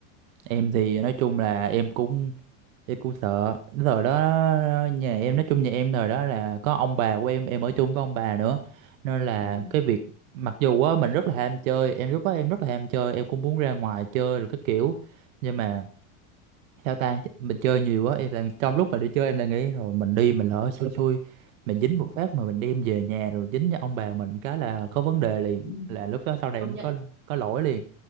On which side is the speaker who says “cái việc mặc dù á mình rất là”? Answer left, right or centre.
Right